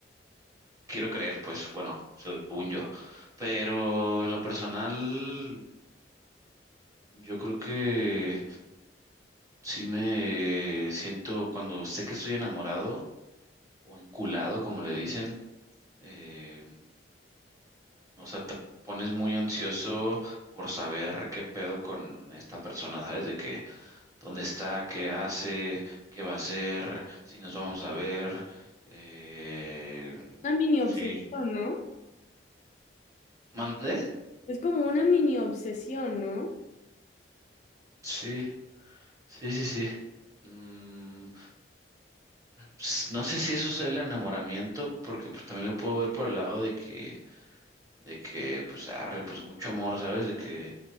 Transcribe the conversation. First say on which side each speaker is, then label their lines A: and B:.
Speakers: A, on the right; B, on the left.
A: quiero creer, pues bueno, según yo. Pero en lo personal, yo creo que sí me siento cuando sé que estoy enamorado o enculado, como le dicen, eh, o sea, te pones muy ansioso por saber qué pedo con esta persona, ¿sabes? De que dónde está, qué hace, qué va a hacer, si nos vamos a ver. Eh,
B: Una mini obsesión,
A: sí.
B: ¿no?
A: ¿Mandé?
B: Es como una mini obsesión, ¿no?
A: Sí. Sí, sí, sí. Mm, s- no sé si eso es el enamoramiento, porque pues también lo puedo ver por el lado de que, de que, pues, arre, pues mucho amor, ¿sabes? De que